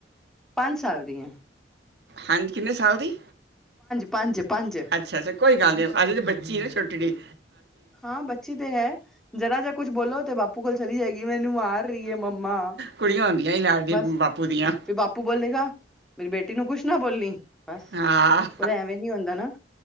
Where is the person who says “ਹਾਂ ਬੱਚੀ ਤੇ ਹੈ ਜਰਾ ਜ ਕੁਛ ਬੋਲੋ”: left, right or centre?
Centre